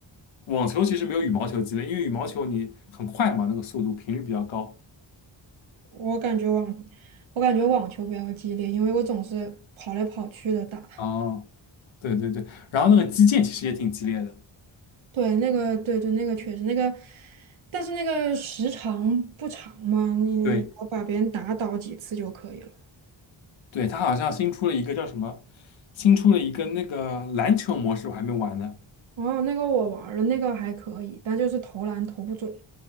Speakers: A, on the left; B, on the right.
A: 网球其实没有羽毛球激烈，因为羽毛球你很快嘛，那个速度频率比较高。
B: 我感觉网，我感觉网球比较激烈，因为我总是跑来跑去的打。
A: 哦，对对对，然后那个击剑其实也挺激烈的，
B: 对，那个，对对，那个确实那个，但是那个时长不长嘛，你我把别人打倒几次就可以了。
A: 对对，它好像新出了一个叫什么，新出了一个那个篮球模式，我还没玩呢。
B: 哦，那个我玩儿了，那个还可以，但就是投篮投不准，